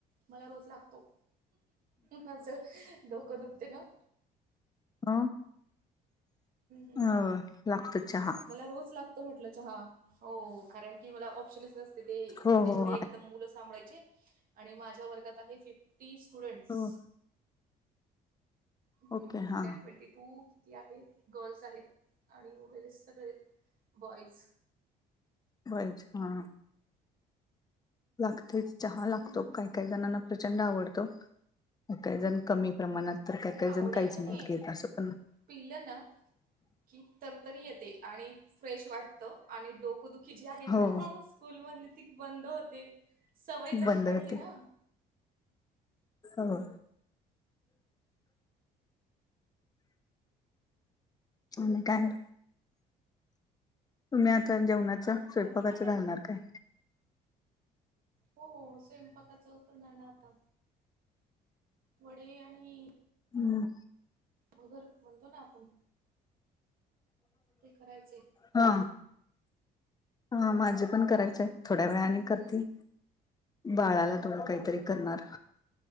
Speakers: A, on the right; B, on the left.
A: मला रोज लागतो माझ डोकं दुखते ना.
B: ह
A: हम्म
B: अ
A: हम्म
B: ला. चहा.
A: मला रोज लागतो म्हटलं चहा. हो कारण की मला ऑप्शनच नसते ते
B: हो हो
A: एवढे एकदम मुलच सांभाळायची आणि माझ्या वर्गात आहे फिफ्टी स्टुडंट्स.
B: हो
A: हम्म
B: ओके हा
A: दॅट ट्वेंटी टू किती आहेत गर्ल्स आहेत आणि उरलेले सगळे बॉईज.
B: बॉईज हा लागतेच चहा
A: हम्म
B: लागतो काही. एकाही जणांना प्रचंड आवडतो एकाही जण कमी प्रमाणात. तर काय
A: हे
B: काय
A: आवडायचं
B: जण काहीच नाही घेत असं पण
A: पिलं ना की तरतरी येते आणि फ्रेश वाटत आणि डोकोदुखी जी आहे ना
B: हो
A: स्कूल मधली ती बंद होते सवय तशी
B: बंद
A: पडली
B: होते
A: ना.
B: हो. आणि काय! तुम्ही आता जेवणाचं स्वयंपाकाचं
A: बाकी काय नाही
B: घालणार काय?
A: हो स्वयंपाकाचं करणार ना आता. वडे आणि
B: हम्.
A: भगर म्हणतो ना आपण. ते करायचे
B: हा हा माझे पण करायच आहे. थोड्या वेळाने
A: हम्म
B: करते
A: हम्म.
B: बाळाला थोडं काहीतरी करणार.